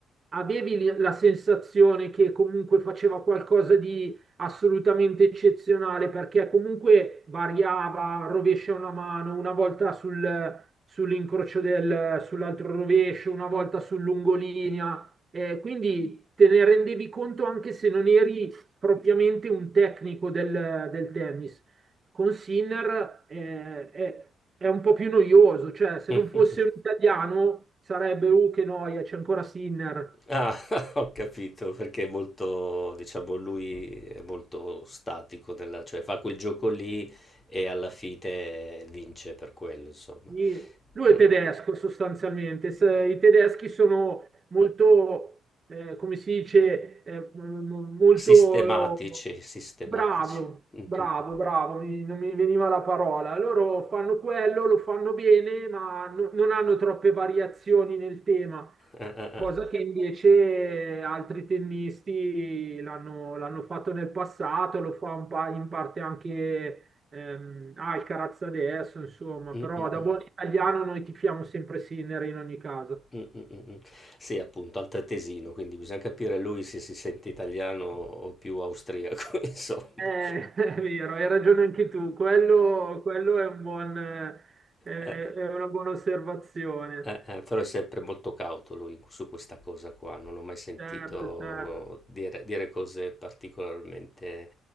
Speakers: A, on the right; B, on the left.
A: avevi l- la sensazione che comunque faceva qualcosa di assolutamente eccezionale perché comunque variava, rovescia una mano, una volta sul- sull'incrocio del, sull'altro rovescio, una volta sul lungolinea, eh, quindi te ne rendevi conto anche se non eri propriamente un tecnico del, del tennis. Con Sinner eh, è, è un po' più noioso, cioè se
B: Mh-mh.
A: non fosse un italiano sarebbe, uh, che noia, c'è ancora Sinner.
B: Ah, <laughs> ho capito, perché è molto diciamo lui è molto statico nella cioè fa quel gioco lì e alla fine vince per quello insomma.
A: Sì, Lui
B: Mh.
A: è tedesco sostanzialmente. Se-
B: Ehm,
A: I tedeschi sono molto, eh, come si dice, eh, m- m- molto
B: sistematici,
A: eh,
B: sistematici.
A: bravo,
B: <laughs> Mh-mh-mh.
A: bravo, bravo, mi- non mi veniva la parola. Loro fanno quello, lo fanno bene, ma no- non hanno troppe variazioni nel tema.
B: Eh, eh,
A: Cosa
B: eh.
A: che invece altri tennisti l'hanno l'hanno fatto nel passato, lo fa un pa- in parte anche ehm, Alcaraz adesso, insomma,
B: Mm,
A: però
B: mm,
A: da
B: mm.
A: buon italiano noi tifiamo sempre Sinner in ogni caso.
B: Mm, mm, mm, mm. Sì, appunto, altoatesino, quindi bisogna capire lui se si sente italiano o più austriaco, <laughs> insomma.
A: Eh, <laughs> è vero, hai ragione anche tu, quello, quello è un buon, eh, è
B: Eh,
A: è una buona osservazione.
B: eh, eh, però è sempre molto cauto lui su questa cosa qua, non ho mai sentito
A: Certo, certo.
B: dire, dire cose particolarmente,